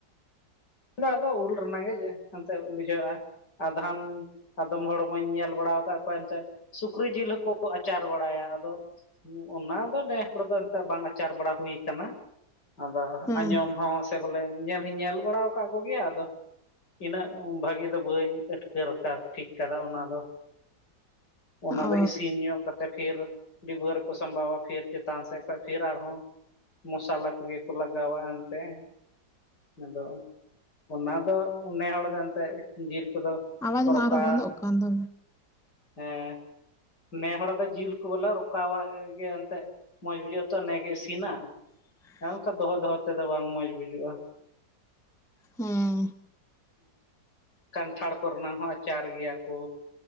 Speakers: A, on the left; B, in the centre.
A: ᱟᱫᱚ ᱟᱫᱚ ᱩᱞ ᱨᱮᱱᱟᱜᱝ ᱜᱮ ᱦᱟᱱᱛᱮ ᱵᱩᱡᱷᱟᱹᱜᱼᱟ᱾ ᱟᱫᱷᱟᱱ ᱟᱫᱚᱢ ᱦᱚᱲᱢᱟᱧ ᱧᱮᱞ ᱵᱟᱲᱟ ᱟᱠᱟᱫ ᱠᱚᱣᱟ ᱮᱱᱛᱮ ᱥᱩᱠᱨᱤ ᱡᱤᱞ ᱦᱚᱸᱠᱚ ᱟᱪᱟᱨ ᱵᱟᱲᱟᱭᱟ᱾ ᱟᱫᱚ ᱚᱱᱟ ᱫᱚ ᱱᱮ ᱦᱚᱲ ᱫᱚ ᱮᱱᱛᱮᱜ ᱵᱟᱝ ᱟᱪᱟᱨ ᱵᱟᱲᱟ ᱦᱩᱭ ᱟᱠᱟᱱᱟ᱾ ᱟᱫᱚ
B: ᱦᱮᱸ
A: ᱟᱸᱡᱚᱢ ᱦᱚᱸ ᱥᱮ ᱵᱚᱞᱮ ᱧᱮᱞ ᱦᱚᱸᱧ ᱧᱮᱞ ᱵᱟᱲᱟ ᱟᱠᱟᱫ ᱠᱚᱜᱮᱭᱟ ᱟᱫᱚ ᱤᱱᱟᱹᱜ ᱵᱷᱟᱹᱜᱤ ᱫᱚ ᱵᱟᱹᱧ ᱟᱴᱠᱟᱹᱨ ᱠᱟᱫᱟ ᱴᱷᱤᱠ ᱠᱟᱫᱟ ᱚᱱᱟᱫᱚ ᱚᱱᱟ
B: ᱚ
A: ᱫᱚ ᱤᱥᱤᱱ ᱧᱚᱜ ᱠᱟᱛᱮ ᱯᱷᱤᱨ ᱰᱤᱵᱟᱹ ᱨᱮᱠᱚ ᱥᱟᱸᱵᱟᱣᱟ ᱯᱷᱤᱨ ᱪᱮᱛᱟᱱ ᱥᱮᱫ ᱵᱟ ᱯᱷᱤᱨ ᱟᱨᱦᱚᱸ ᱢᱟᱥᱟᱞᱟ ᱠᱚᱜᱮ ᱠᱚ ᱞᱟᱜᱟᱣᱟᱜ ᱮᱱᱛᱮᱫ ᱟᱫᱚ ᱚᱱᱟ ᱫᱚ ᱱᱮ ᱦᱚᱲ ᱫᱚ ᱮᱱᱛᱮᱫ ᱡᱤᱞ ᱫᱚ
B: ᱟᱣᱟᱡᱽ
A: ᱥᱚᱨᱚᱠᱟ
B: ᱢᱟ ᱟᱨᱦᱚᱸ ᱵᱚᱱᱫᱚᱜ ᱠᱟᱱ ᱫᱚ
A: ᱦᱮᱸ ᱱᱮ ᱦᱚᱲ ᱫᱚ ᱡᱤᱞ ᱠᱚ ᱵᱚᱞᱮ ᱨᱚᱠᱟ ᱜᱮ ᱮᱱᱛᱮᱫ ᱢᱚᱡᱽ ᱵᱩᱡᱷᱟᱹᱜ-ᱟ᱾ ᱛᱚ ᱱᱮ ᱜᱮ ᱤᱥᱤᱱᱟ᱾
B: ᱦ <inaudible>
A: ᱦᱮ ᱚᱱᱠᱟ ᱫᱚᱦᱚ ᱫᱚᱦᱚ ᱛᱮᱫᱚ ᱵᱟᱝ ᱢᱚᱡᱽ ᱵᱩᱡᱩᱜᱼᱟ᱾
B: ᱦᱮᱸ
A: ᱠᱟᱱᱴᱷᱟᱲ ᱠᱚᱨᱮᱱᱟᱝ ᱦᱚᱸ ᱟᱪᱟᱨ ᱜᱮᱭᱟ ᱠᱚ᱾